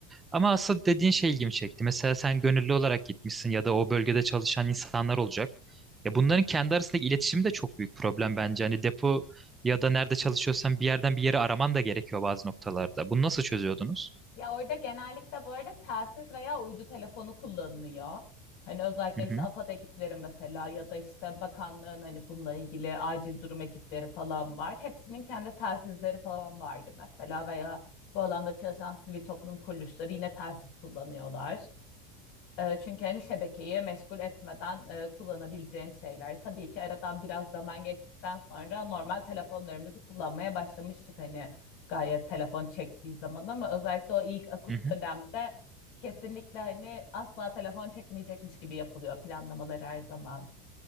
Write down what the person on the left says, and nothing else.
Ya orada genellikle bu arada telsiz veya uydu telefonu kullanılıyor. Hani özellikle
işte
AFAD ekipleri mesela ya da işte bakanlığın hani bununla ilgili acil durum ekipleri falan var. Hepsinin kendi telsizleri falan vardı mesela veya bu alanda çalışan sivil toplum kuruluşları yine telsiz kullanıyorlar. E, çünkü hani şebekeyi meşgul etmeden e, kullanabileceğin şeyler. Tabii ki aradan biraz zaman geçtikten sonra normal telefonlarımızı kullanmaya başlamıştık hani gayet telefon çektiği zaman ama özellikle o ilk akut
dönemde kesinlikle hani asla telefon çekmeyecekmiş gibi yapılıyor planlamalar her zaman.